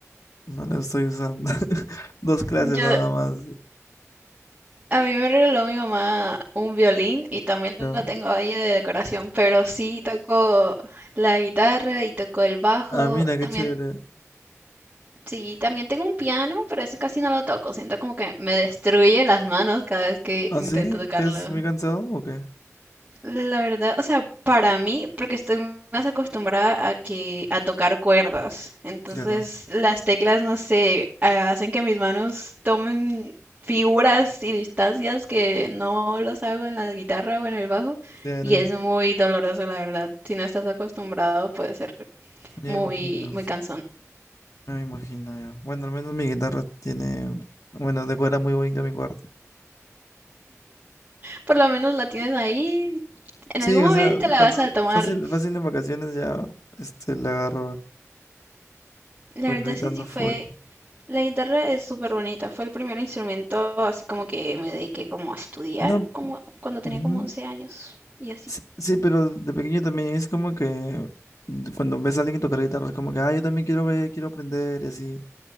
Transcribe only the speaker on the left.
No la estoy usando. <laughs> Dos clases
nada más.
Ya.
Ah, mira, qué
chévere.
¿Ah,
sí?
¿Que es muy cansado o qué?
Claro,
claro.
me
imagino.
Me imagino yo. Bueno, al menos mi guitarra tiene, bueno, decora muy bonito mi cuarto.
Sí,
o
sea,
cuando
fácil, fácil en vacaciones ya, este, la agarro,
porque
ahorita
ando
full.
No,
ujú.
Sí, sí, pero de pequeño también es como que cuando ves a alguien tocar guitarra, es como que, ah, yo también quiero ver, quiero aprender y así.